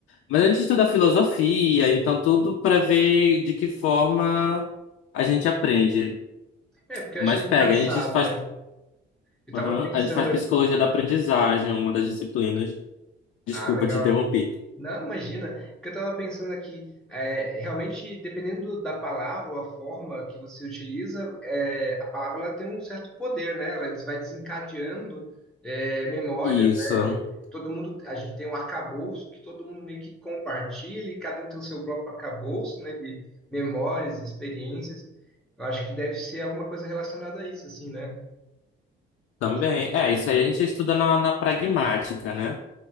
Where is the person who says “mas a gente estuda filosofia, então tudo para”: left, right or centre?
Left